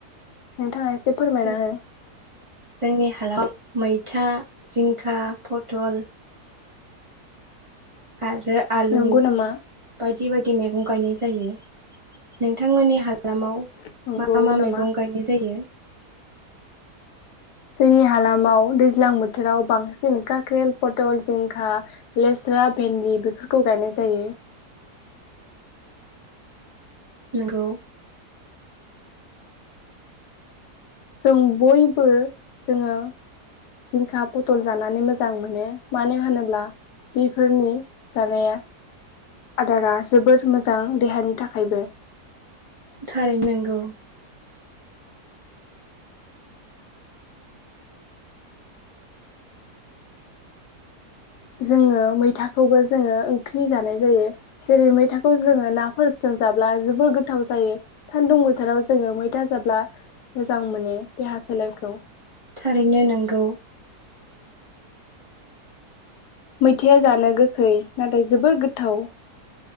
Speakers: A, on the left; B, on the right.
A: नोंथांङा एसे फोरमायना
B: जो जोंनि
A: हो
B: हालाव मैथा, जिंखा, पथल आरो आलु
A: नंगौ नामा
B: बायदि बायदि। मैगं गायनाय जायो नोंथांनि ह हालामाव
A: नंगौ
B: मा मा
A: नामा
B: मैगं गायनाय जायो
A: जोंनि हालामाव दैज्लां बोथोराव बांसिन काख्रेल पटल जिंखा लेस्रा भेन्दि बेफोरखौ गायनाय जायो
B: नंगौ
A: जों बयबो जोंङो जिंखा पथल जानानै मोजां मोनो मानो होनोब्ला बेफोरनि जानाया आदारा जोोबोर मोजां देहानि थाखायबो
B: थारै नांगौ
A: जोङो मैथाखौबो जोङो ओंख्रि जानाय जायो जेरै मैथाखौ जोंङो नाफोरजों जाब्ला जोबोर गोथाव जायो सानदुं बोथोराव जोङो मैथा जाब्ला मोजां मोनो देहा सोलेरखौ
B: थारैनो नांगौ
A: मैथायआ जानो गोखै नाथाय जोबोर गोथाव